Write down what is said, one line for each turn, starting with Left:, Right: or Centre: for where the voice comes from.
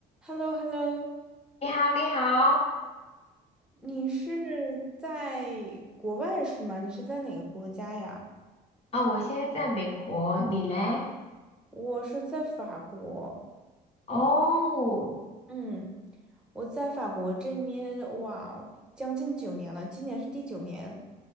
Centre: h e l l o h e l l o
Left: 你好，你好，
Centre: 你是在国外是吗？你是在哪个国家呀？
Left: 啊、我现在在美国，你嘞？
Centre: 我是在法国，
Left: 哦，
Centre: 嗯，我在法国这边，哇哦，将近九年了，今年是第九年，